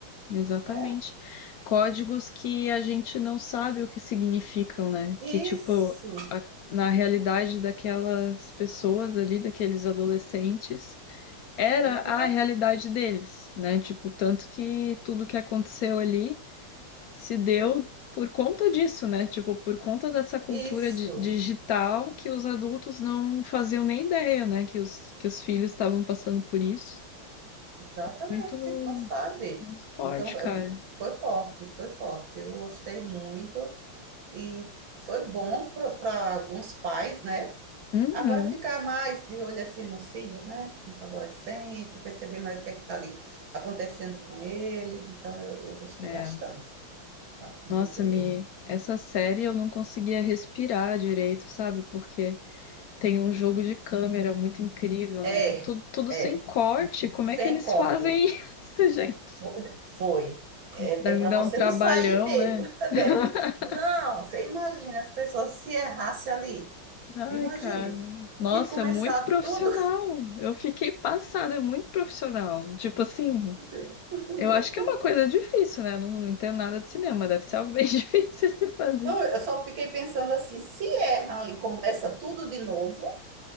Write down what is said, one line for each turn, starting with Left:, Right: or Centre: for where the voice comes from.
Left: Exatamente.
Right: né?
Left: Códigos que a gente não sabe o que significam, né?
Right: Isso,
Left: Que, tipo, a- na realidade daquelas pessoas ali, daqueles adolescentes, era
Right: né?
Left: a realidade deles, né? Tipo, tanto que tudo que aconteceu ali se deu por conta disso, né? Tipo, por conta dessa cultura
Right: Isso.
Left: di- digital que os adultos não faziam nem ideia, né? Que os, que os filhos estavam passando por isso.
Right: Exatamente,
Left: Muito,
Right: não sabe.
Left: muito forte,
Right: Então,
Left: cara.
Right: é, foi forte, foi forte. Eu gostei muito e foi bom para alguns pais, né?
Left: Uhum.
Right: Agora ficar mais de olho assim nos filhos, né? Nos adolescentes, perceber mais o que é que está ali acontecendo com eles. Então, eu, eu gostei
Left: É.
Right: bastante, tá? Muito
Left: Nossa,
Right: mesmo.
Left: me essa série eu não conseguia respirar direito, sabe? Porque tem um jogo de câmera muito incrível,
Right: É,
Left: né? Tudo, tudo
Right: é,
Left: sem corte. Como
Right: sem
Left: é que eles
Right: corte.
Left: fazem isso, <laughs> gente?
Right: Fo- Foi. É,
Left: Deve
Right: é para
Left: dar
Right: você
Left: um trabalhão,
Right: não sair mesmo.
Left: né?
Right: <laughs>
Left: <laughs>
Right: Deve, não, você imagina as pessoas se errasse ali.
Left: Ai,
Right: Imagine,
Left: cara. Nossa,
Right: tinha que começar
Left: muito profissional.
Right: tudo.
Left: Eu fiquei passada, é muito profissional. Tipo assim,
Right: Muito, <laughs>
Left: eu acho que é uma
Right: muito.
Left: coisa difícil, né? Não, não entendo nada de cinema, deve ser algo bem <laughs> difícil de fazer.
Right: Não, eu só fiquei pensando assim, se erra ali, começa tudo de novo,